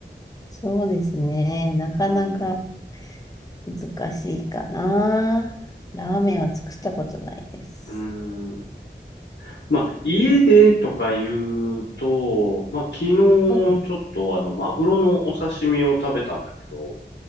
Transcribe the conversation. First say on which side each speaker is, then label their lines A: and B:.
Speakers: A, on the left; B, on the left.
A: そうですね。なかなか
B: うん。
A: 難しいかな。ラーメンは作ったことないです。
B: うん。まあ、家でとか言うと、まあ、昨日ちょっとあの、
A: うん。
B: マグロのお刺身を食べたんだけど、